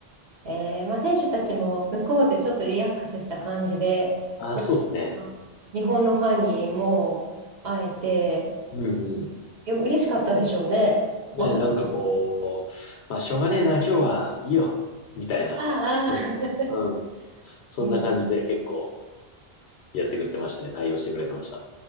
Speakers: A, on the right; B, on the left.
A: えー、まあ、選手たちも向こうでちょっとリラックスした感じで、
B: あ、そうですね。
A: あ日本のファンにもう会えて、
B: うんうん。
A: よ、嬉しかったでしょうね。
B: ね、
A: まさかの。
B: なんかこう、まあ、しょうがねえな、今日はいいよ、みたいな。
A: ああ、
B: う
A: ああ
B: ん。うん。そんな感じで結構
A: <laughs> うん。
B: やってくれてましたね。対応してくれてました。